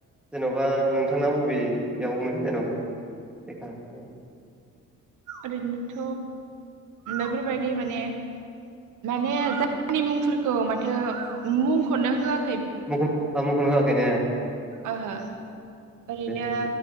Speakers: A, in the centre; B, on the right.
A: जेन'बा नोंथांना बबेयावमोन जेन'बा जायगा ओं?
B: ओरैनोथ' बेफोरबायदि माने माने जायगानि मुंफोरखौ माथो मुंखौनो होआ
A: <unintelligible> खायनो
B: ओहो ओरैनो
A: दे